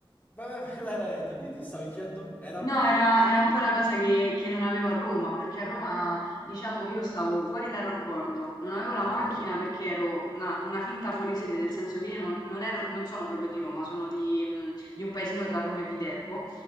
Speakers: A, on the left (about 20°); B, on the left (about 50°).
A: Vai, vai, vai, vai, vai, dimmi, ti stavi dicendo? Era?
B: No, era, era un po' la cosa che, che non avevo a Roma, perché a Roma, diciamo, io stavo fuori dal raccordo, non avevo la
A: Ok.
B: macchina perché ero una, una finta fuori sede, nel senso che io non, non ero, non sono proprio di Roma, sono di, mm, di un paesino tra Roma e Viterbo,